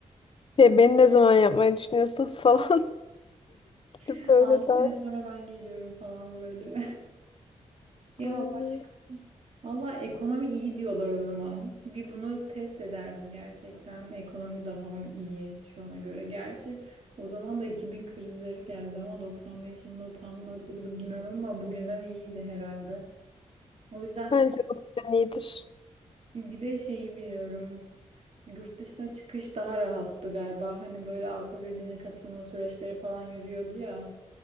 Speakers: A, on the left; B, on the right.
A: Şey, beni ne zaman yapmayı düşünüyorsunuz falan <laughs>
B: <laughs>
A: gibi böyle
B: 6
A: daha.
B: sene sonra ben geliyorum falan böyle. <laughs> Ya
A: Aynen.
B: başka. Valla ekonomi iyi diyorlar o zaman. Bir bunu test ederdim gerçekten. Ekonomi daha mı iyi şu ana göre? Gerçi o zaman da 2000 krizleri geldi ama 95 yılında tam nasıldı bilmiyorum ama bugünden iyiydi herhalde. O yüzden
A: Bence bu plan iyidir.
B: bir de şeyi biliyorum. Yurt dışına çıkış daha rahattı galiba. Hani böyle Avrupa Birliği'ne katılma süreçleri falan yürüyordu ya.